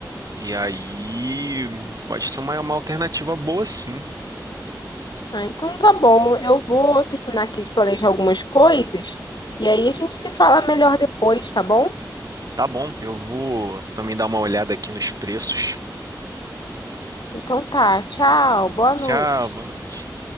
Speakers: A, on the right; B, on the left.
A: E aí pode ser uma, uma alternativa boa sim.
B: Ah, então tá bom. Eu vou terminar aqui de planejar algumas coisas e aí a gente se fala melhor depois, tá bom?
A: Tá bom, eu vou também dar uma olhada aqui nos preços.
B: Então tá. Tchau. Boa
A: Tchau,
B: noite.
A: boa noite.